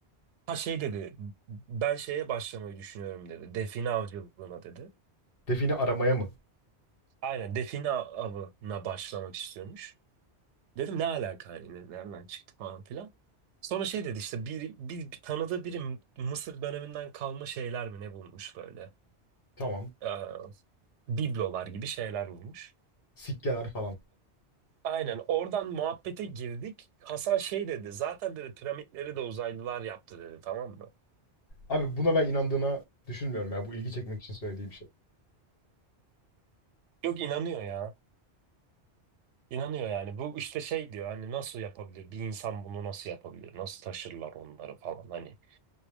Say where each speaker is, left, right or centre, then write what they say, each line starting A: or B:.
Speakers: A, on the right (about 85°); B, on the left (about 55°).
A: Ha şey dedi ben şeye başlamayı düşünüyorum dedi. Define avcılığına dedi.
B: Defini aramaya mı?
A: Aynen define avına başlamak istiyormuş. Dedim ne alaka hani nereden çıktı falan filan. Sonra şey dedi işte bir, bir, bir tanıdığı biri Mısır döneminden kalma şeyler mi ne bulmuş böyle.
B: Tamam.
A: Ee, biblolar gibi şeyler bulmuş.
B: Sikkeler falan.
A: Aynen oradan muhabbete girdik. Hasan şey dedi zaten dedi piramitleri de uzaylılar yaptı dedi tamam mı?
B: Abi buna ben inandığına düşünmüyorum ya. Bu ilgi çekmek için söylediği bir şey.
A: Yok inanıyor ya. İnanıyor yani. Bu işte şey diyor hani nasıl yapabilir? Bir insan bunu nasıl yapabilir? Nasıl taşırlar onları falan hani.